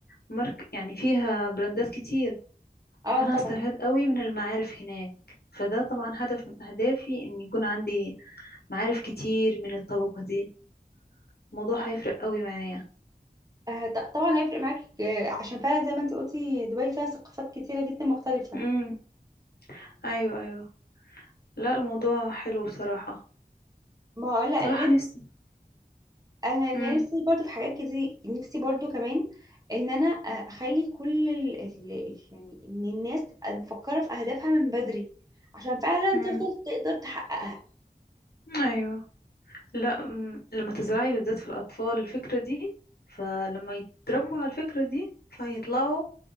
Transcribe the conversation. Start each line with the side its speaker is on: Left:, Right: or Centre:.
Left: مارك يعني فيها براندات كتير
Right: اه
Left: فانا
Right: طبعا
Left: هستفاد قوي من المعارف هناك فده طبعا هدف من اهدافي ان يكون عندي معارف كتير من الطبقه دي الموضوع
Right: لا،
Left: هيفرق قوي معايا
Right: آه ط- طبعا هيفرق معاكي آه، عشان فعلا زي ما انت قلتي دبي فيها ثقافات كتيره جدا مختلفه
Left: امم ايوه ايوه لا الموضوع حلو بصراحه
Right: ما هو لا
Left: بصراحه
Right: ليه-
Left: نفسي
Right: انا أنا
Left: امم
Right: نفسي برضو في حاجات كتير نفسي برضو كمان ان انا آه، اخلي كل ال... ال- ال- يعني ان الناس تبقى مفكره في اهدافها من بدري عشان فعلا
Left: امم
Right: تفضل تقدر تحققها
Left: ايوه لا م- لما تزرعي بالذات في الأطفال الفكرة دي فلما يتربوا على الفكرة دي فهيطلعوا